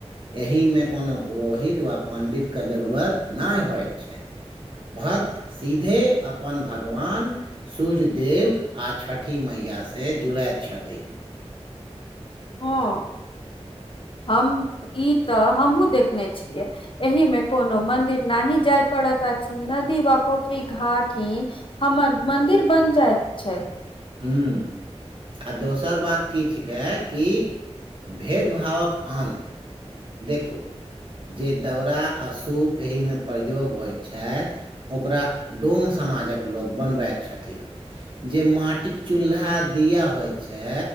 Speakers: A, on the right; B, on the left.
A: एहिमे कोनो पुरोहित वा पण्डितके जरूरत नहि होइत छै भात सीधे अपन भगवान सूर्यज देव आ छठि मैयासँ जुड़ैत छथि
B: हँ हम ई तऽ हमहुँ देखने छियै एहि मे कोनो मंदिर न ही जाय पड़त अछि नदी वा पोखरी घाट ही हमर मंदिर बन जायत छै
A: हू आ दोसर बात की छिकै कि भेदभावक अन्त देखू जे दौरा आ सूप एहिमे प्रयोग होइत छै ओकरा डोम समाजक लोक बनबैत छथिन जे माट चूल्हा दिया होय छै